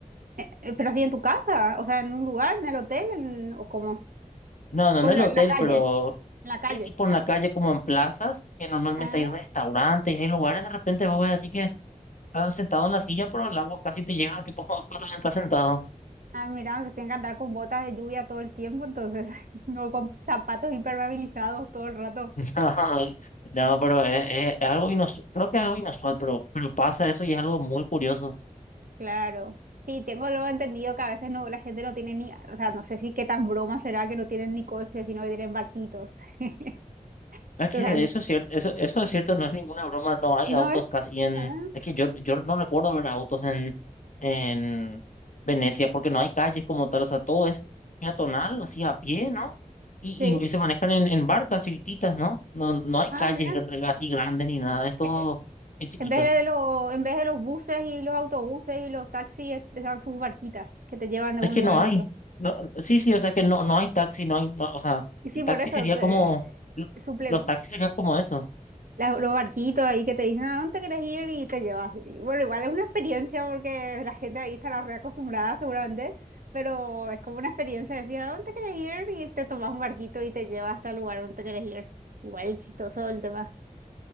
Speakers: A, on the right; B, on the left.
A: Eh, eh, pero así en tu casa, o sea, en un lugar, en el hotel, en- o como,
B: No, no
A: o
B: en el
A: la,
B: hotel,
A: en la calle,
B: pero
A: en la calle.
B: sí, tipo en la calle, como en plazas, que normalmente
A: Ah,
B: hay restaurantes y hay lugares, de repente vos ves así que estás sentado en la silla, pero el agua casi te llega, tipo, <laughs> cuando estás sentado.
A: ah, mira, se tienen que andar con botas de lluvia todo el tiempo, entonces, <laughs> no con zapatos impermeabilizados todo el rato.
B: No, no, pero es, es- es algo inusual, creo que es algo inusual, pero, pero pasa eso y es algo muy curioso.
A: Claro. Sí, tengo luego entendido que a veces no, la gente no tiene ni, o sea, no sé si qué tan broma será que no tienen ni coches, sino que tienen barquitos. <laughs>
B: Es que
A: O sea,
B: eso es cierto, eso, eso es cierto, no es ninguna broma, no hay
A: no
B: autos
A: es.
B: casi en,
A: Ah,
B: es que yo, yo no recuerdo ver autos en, en Venecia, porque no hay calles como tal, o sea, todo es peatonal, así a pie, ¿no? Y,
A: sí.
B: y se manejan en, en barcas chiquititas, ¿no? No, no hay
A: Ah,
B: calles
A: mira.
B: gr- así grandes ni nada, es todo
A: Eh, eh,
B: es chiquito.
A: En vez de los, en vez de los buses y los autobuses y los taxis, es- están sus barquitas que te llevan de
B: Es
A: un
B: que
A: lugar
B: no
A: a
B: hay.
A: otro.
B: No, sí, sí, o sea, es que no, no hay taxi, no hay, no, o sea,
A: Y sí,
B: el taxi
A: por eso,
B: sería
A: eh,
B: como, lo-
A: eh, suple-
B: los taxis serían como eso.
A: las- los barquitos ahí que te dicen a dónde quieres ir y te llevas. Y bueno, igual es una experiencia porque la gente ahí estará reacostumbrada seguramente, pero es como una experiencia de decir a dónde quieres ir y te tomas un barquito y te lleva hasta el lugar donde quieres ir. Igual es chistoso el tema.